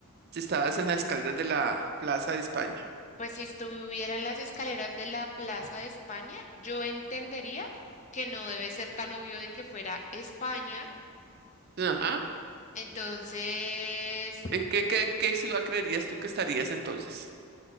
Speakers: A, on the right; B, on the left.
A: Si estabas en las escaleras de la Plaza de España.
B: Pues si estuviera en las escaleras de la Plaza de España, yo entendería que no debe ser tan obvio de que fuera España.
A: Ajá.
B: Entonces,
A: ¿En qué, qué, qué ciudad creerías tú que estarías entonces?